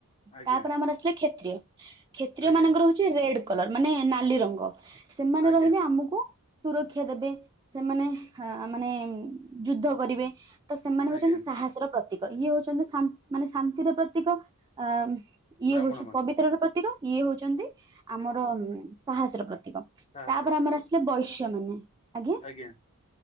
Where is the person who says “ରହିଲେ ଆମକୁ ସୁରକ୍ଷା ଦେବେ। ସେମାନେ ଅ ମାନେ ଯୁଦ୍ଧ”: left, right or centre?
Right